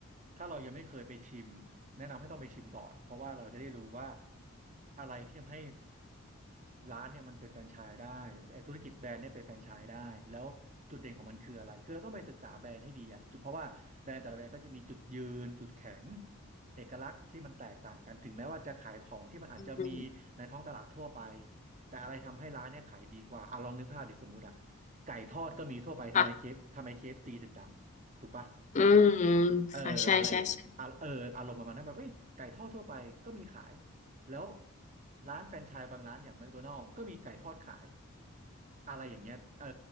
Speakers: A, on the right; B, on the left.
A: ถ้าเรายังไม่เคยไปชิมแนะนำให้ต้องไปชิมก่อนเพราะว่าเราจะได้รู้ว่าอะไรที่ทำให้ร้านเนี่ยมันเป็นแฟรนไชส์ได้ไอ้ธุรกิจแบรนด์เนี่ยเป็นแฟรนไชส์ได้แล้วจุดเด่นของมันคืออะไรคือเราต้องไปศึกษาแบรนด์ให้ดีอะจุดเพราะว่าแบรนด์แต่ละแบรนด์ก็จะมีจุดยืนจุดแข็งเอกลักษณ์ที่มันแตกต่างกันถึงแม้ว่าจะขายของที่มันอาจจะมีในท้องตลาดทั่วไป
B: อืม
A: แต่อะไรทำให้ร้านเนี่ยขายดีกว่าอ่ะลองนึกภาพดิสมมุติอะไก่ทอดก็มีทั่วไปทำไมเคฟทำไมเคฟซีถึงดังถูกปะ
B: ค่ะอืม
A: เอออะไรอย่างนี้อ่ะเอออารมณ์ประมาณนั้นแบบเอ้ยไก่ทอดทั่วไปก็มีขาย
B: ค่ะใช่ใช่ใช่
A: แล้วร้านแฟรนไชส์บางร้านอย่างแมคโดนัล s ก็มีไก่ทอดขายอะไรอย่างเงี้ยเออ